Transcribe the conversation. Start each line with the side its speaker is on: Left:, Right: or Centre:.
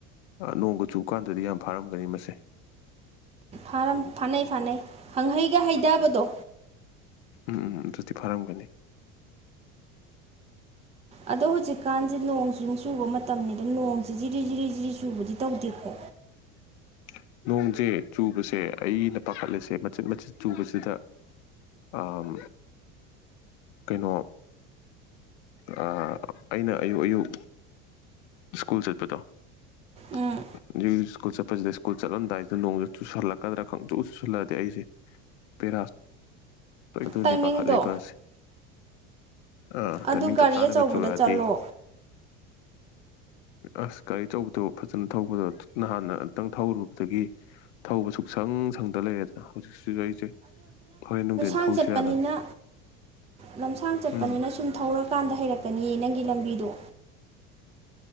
Left: ꯑꯥ ꯅꯣꯡꯒ ꯆꯨꯀꯥꯟꯗꯗꯤ ꯌꯥꯝ ꯐꯥꯔꯝꯒꯅꯤ ꯃꯁꯦ
Right: ꯐꯔꯝ ꯐꯥꯅꯩ ꯐꯥꯅꯩ ꯈꯪꯍꯩꯒ ꯍꯩꯗꯕꯗꯣ
Left: ꯎꯝ ꯎꯝ ꯑꯗꯨꯗꯤ ꯐꯥꯔꯝꯒꯅꯤ
Right: ꯑꯗꯣ ꯍꯧꯖꯤꯛꯀꯥꯟꯁꯦ ꯅꯣꯡꯁꯤꯡ ꯆꯨꯕ ꯃꯇꯝꯅꯤ ꯑꯗ ꯅꯣꯡꯁꯤ ꯖꯤꯔꯤ ꯖꯤꯔꯤ ꯖꯤꯔꯤ ꯆꯨꯕꯗꯤ ꯇꯧꯗꯦꯀꯣ
Left: <inaudible> ꯅꯣꯡꯁꯦ ꯆꯨꯕꯁꯦ ꯑꯩꯅ ꯄꯥꯈꯠꯂꯤꯁꯦ ꯃꯆꯤꯠ ꯃꯆꯤꯠ ꯆꯨꯕꯁꯤꯗ ꯑꯥꯝ ꯀꯩꯅꯣ ꯑꯥ ꯑꯩꯅ ꯑꯌꯨꯛ ꯑꯌꯨꯛ ꯁ꯭ꯀꯨꯜ ꯆꯠꯄꯗꯣ <inaudible>
Right: ꯎꯝ
Left: ꯍꯨꯖꯤꯛ ꯖꯤꯛ ꯁ꯭ꯀꯨꯜ ꯆꯠꯄꯁꯤꯗ ꯁ꯭ꯀꯨꯜ ꯆꯠꯂꯝꯗꯥꯏꯁꯤꯗ ꯅꯣꯡꯁꯨ ꯆꯨꯁꯜꯂꯛꯀꯗ꯭ꯔ ꯈꯪꯆꯨ ꯆꯨꯁꯜꯂꯛꯑꯗꯤ ꯑꯩꯁꯦ ꯄꯦꯔꯥ <unintelligible>
Right: ꯇꯥꯏꯃꯤꯡꯗꯣ
Left: ꯄꯥꯈꯠꯂꯤꯕ ꯁꯦ ꯑꯥ
Right: ꯑꯗꯨ
Left: ꯇꯥꯏꯃꯤꯡ
Right: ꯒꯥꯔꯤ
Left: ꯆꯞ ꯆꯥꯅꯒ
Right: ꯑꯆꯧꯕꯗ
Left: ꯆꯨꯔꯛꯑꯗꯤ
Right: ꯆꯠꯂꯣ
Left: ꯑꯁ ꯒꯥꯔꯤ ꯑꯆꯧꯕꯗꯣ ꯐꯖꯟ ꯊꯧꯕꯗꯣ ꯇ꯭ꯔꯤꯛ ꯅꯥꯟꯅ ꯑꯝꯇꯪ ꯊꯧꯔꯨꯕꯗꯒꯤ ꯊꯧꯕ ꯁꯨꯨꯛꯁꯪ ꯁꯪꯗ ꯂꯩꯔꯦꯗꯅ ꯍꯧꯖꯤꯛꯁꯤꯁꯨ ꯑꯩꯁꯦ ꯍꯣꯔꯦꯟ ꯅꯨꯡꯊꯤꯟ
Right: ꯅꯪ
Left: ꯊꯧꯁꯤꯔꯥꯅ
Right: ꯆꯠꯄꯅꯤꯅ ꯂꯝꯁꯥꯡ ꯆꯠꯄꯅꯤꯅ
Left: ꯎꯝ
Right: ꯁꯨꯝ ꯊꯧꯔꯀꯥꯟꯗ ꯍꯩꯔꯛꯀꯅꯤꯌꯦ ꯅꯪꯒꯤ ꯂꯝꯕꯤꯗꯣ